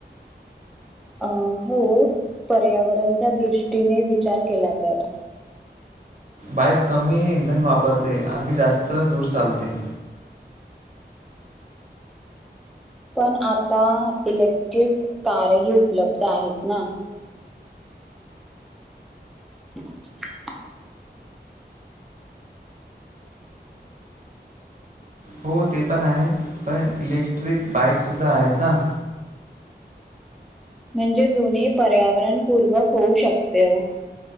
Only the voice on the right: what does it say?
बाईक कमी इंधन वापरते, आणखी जास्त दूर चालते.
हो ते पण आहे, पण इलेक्ट्रिक बाईकसुद्धा आहेत ना.